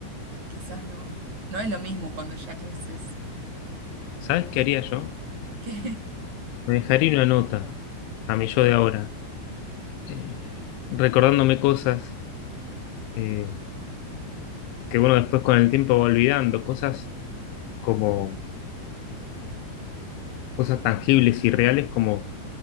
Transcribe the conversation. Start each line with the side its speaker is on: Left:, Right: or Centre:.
Right: quizás no, no es lo mismo cuando ya creces.
Left: ¿Sabes qué haría yo?
Right: Que
Left: Me dejaría una nota a mi yo de ahora, eh, recordándome cosas eh, que uno después con el tiempo va olvidando, cosas como cosas tangibles y reales, como